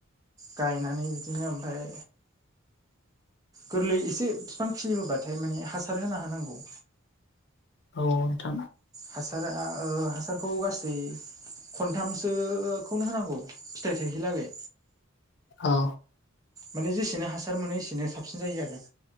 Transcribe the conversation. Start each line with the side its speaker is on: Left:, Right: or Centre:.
Right: गायनानै बिदिनो ओमफ्राय गोरलै एसे बिफां खिलिबोबाथाय माने हासार होना होनांगौ।
Left: औ नोंथां
Right: हासारा हासारखौ गासै खनथामसो खौनो होनांगौ फिथाइ थायहैलागै
Left: औ
Right: माने जेसेनो हासार मोनो एसेनो साबसिन जायो आरो।